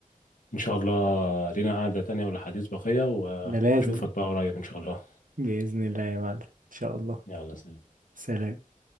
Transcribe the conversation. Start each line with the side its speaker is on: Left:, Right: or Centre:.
Left: إن شاء الله لينا قعدة تانية ولحديث بقية وأشوفك
Right: ده لازم
Left: بقى قريب إن شاء الله
Right: بإذن الله يا معلم إن شاء الله
Left: يلا سلام
Right: سلام